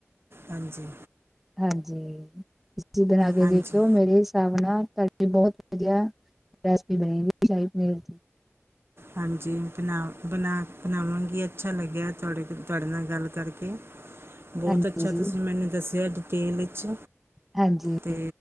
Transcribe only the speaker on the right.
ਹਾਂਜੀ।
ਹਾਂਜੀ
ਹਾਂਜੀ ਬਣਾ ਬਣਾ ਬਣਾਵਾਂਗੀ ਅੱਛਾ ਲੱਗਿਆ ਤੁਹਾਡੇ ਤੁਹਾਡੇ ਨਾਲ ਗੱਲ ਕਰਕੇ। ਬਹੁਤ
ਅੱਛਾ
ਤੁਸੀਂ ਮੈਨੂੰ ਦੱਸਿਆ ਡਿਟੇਲ ਵਿੱਚ।
ਤੇ